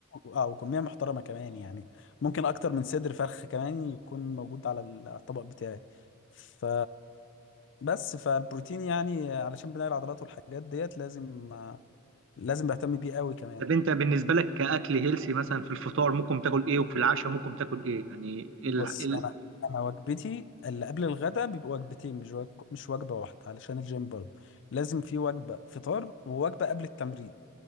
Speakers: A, on the left; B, on the right.
A: اه وكميه محترمه كمان يعني ممكن اكتر من صدر فرخ كمان يكون موجود على ال- على الطبق بتاعي ف بس فالبروتين يعني علشان بناء العضلات والحاجات ديت لازم لازم بهتم بيه قوي كمان
B: طب انت بالنسبه لك كاكل هيلسي مثلا في الفطار ممكن تاكل ايه وفي العشاء ممكن تاكل ايه يعني ال-
A: بص
B: ال-
A: انا انا وجبتي اللي قبل الغداء بيبقى وجبتين مش وجب... مش وجبه واحده علشان الجيم برضه لازم في وجبه فطار ووجبه قبل التمرين